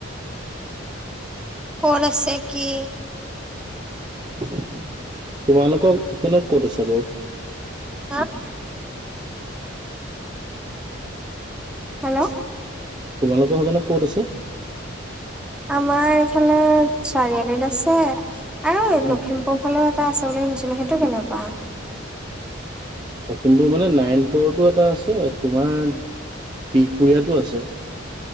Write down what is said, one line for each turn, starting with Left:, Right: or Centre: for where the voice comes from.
Centre: ক'ত আছে কি?
Right: তোমালোকৰ ই পিনে ক'ত আছে বাৰু?
Centre: হা হেল্ল
Right: তোমালোকৰ হেইপিনে ক'ত আছে?
Centre: আমাৰ এইফালে চাৰিআলিত আছে, আৰু
Right: উম,
Centre: লখিমপুৰ ফালেও এটা আছে বুলি শুনিছিলোঁ, সেইটো কেনেকুৱা?
Right: লখিমপুৰৰ মানে নাৰায়ণপুৰটো এটা আছে, তোমাৰ বিহপুৰীয়াতো আছে।